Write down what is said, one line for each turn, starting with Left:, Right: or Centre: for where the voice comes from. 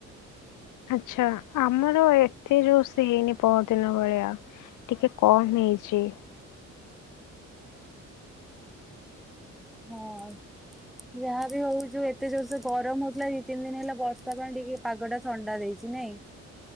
Left: ଆଛା ଆମର ଏତେ ଯୋର ସେ ହେଇନି ପର ଦିନ ଭଳିଆ। ଟିକେ କମ୍ ହେଇଛି।
Centre: ହଁ। ଯାହା ବିି ହୋଉ ଯୋଉ ଏତେ ଜୋରସେ ଗରମ ହୋଉଥିଲା ଦି ତିନି ଦିନ ହେଲା ବର୍ଷା ପାଇଁ ଟିକେ ପାଗ ଟା ଥଣ୍ଡା ଦେଇଛି ନାଇଁ।